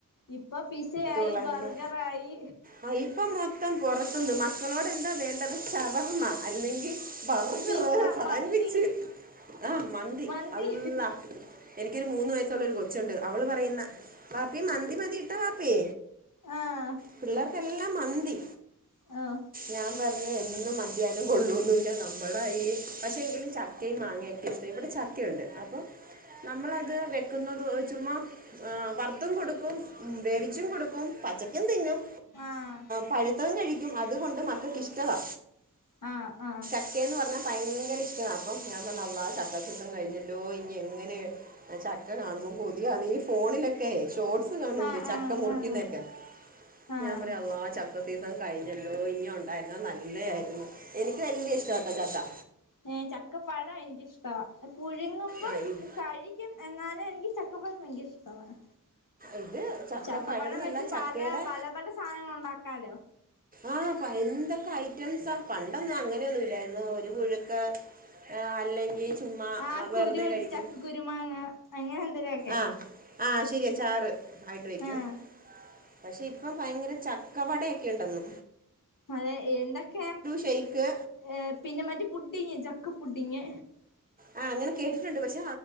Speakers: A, on the left; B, on the right.
A: ഇപ്പൊ പിസ്സ ആയി
B: ഉള്ളായിരുന്നു
A: ബർഗർ ആയി
B: ആ ഇപ്പം മൊത്തം പുറത്ത് ന്ന് മക്കളോട് എന്താ വേണ്ടത് ശവർമ്മ അല്ലെങ്കിൽ ബർഗർ
A: പിസ്സ
B: സാൻവിച്
A: മന്തി
B: ആഹ മന്ദി
A: മന്തി
B: അള്ളാ എനിക്കൊരു മൂന്ന് വയസ്സുള്ള ഒരു കൊച്ചുണ്ട് അവള് പറയുന്ന പാപ്പി മന്തി മതി ഇട്ട പാപ്പി
A: ആഹ്
B: പിള്ളേർക്കെല്ലാം മന്തി
A: ആഹ്
B: ഞാൻ പറഞ്ഞ എന്നും മന്തിയാലും കൊള്ളൂ ന്നില്ല നമ്മളായി പക്ഷെ എങ്കിലും ചക്കയും മാങ്ങിയൊക്കെ ഇവിടെ ചക്കയുണ്ട് അപ്പൊ നമ്മളത് വെക്കുന്നത് ചുമ്മാ വറുത്തും കൊടുക്കും ഉ വേവിച്ചും കൊടുക്കും പച്ചക്കും തിന്നും
A: ആഹ്
B: പഴു- തതും കഴിക്കും അതുകൊണ്ട് മക്കൾക്കിഷ്ടവാ
A: ആഹ് ആ
B: ക്കന്ന് പറഞ്ഞാൽ ഭയങ്കര ഇഷ്ടാ വാ അപ്പൊ ഞാൻ പറഞ്ഞ അള്ളാ ചക്കസിസൻ കഴിഞ്ഞല്ലോ ഇനി എങ്ങനെ ആ ചക്ക കാണുമ്പോൾ കൊതിയാണ് ഈ ഫോണിലൊക്കെ ഷോർട്സ് കാണു
A: ആഹ് ആഹ്
B: ല്ലേ ചക ചക്ക മുറിക്കുന്നേക്ക
A: ആഹ് ആഹ്
B: ഞാൻ പറയും അള്ളാ ചക്കസീസൻ കഴിഞ്ഞല്ലോ ഇഞ്ഞി ഉണ്ടായിരുന്ന നല്ലതായിരുന്നു എനിക്ക് വല്യ ഇഷ്ടട്ടോ ചക്ക
A: ഏ ചക്കപ്പഴം എനിക്കിഷ്ടവാ പുഴുങ്ങുമ്പം
B: ആ ഇ-
A: കഴി ഴികും എന്നാലും എനിക്ക് ചക്കപ്പയം ഭയങ്കര ഇഷ്ടമാണ്
B: ഇത് ചക്ക
A: ചക്കപ്പയം
B: പഴം എന്നല്ല
A: വെച്ച്
B: ചക്കയുടെ
A: പല പല പല സാധനങ്ങൾ ഉണ്ടാക്കാലോ
B: ആഹ് എന്തൊക്കെ ഐറ്റംസാ പണ്ടൊന്നും അങ്ങനെയൊന്നുല്ലായിരുന്നു ഒരു പുഴുക്കെ ആ അല്ലെങ്കി ചുമ്മാ
A: ആഹ്
B: വെറുതെ
A: കുരു വെച്ച്
B: കഴിക്കുന്നു
A: ചക്ക കുരുമാങ്ങ അങ്ങനെ എന്തേലുവൊക്കെ
B: ആഹ് ആ ശരിയ ചാറ് ആയിട്ട് വെക്കും
A: ആഹ്
B: പക്ഷെ ഇപ്പ ഭയങ്കര ചക്കവടയൊക്കെ ഉണ്ടന്നു
A: അതെ എന്തൊക്കെ
B: ഷെയ്ക്ക്
A: ഏഹ് പിന്നെ മറ്റ പുഡിങ് ചക്ക പുഡിങ്
B: ആ അങ്ങനെ കേട്ടിട്ടുണ്ട് പക്ഷെ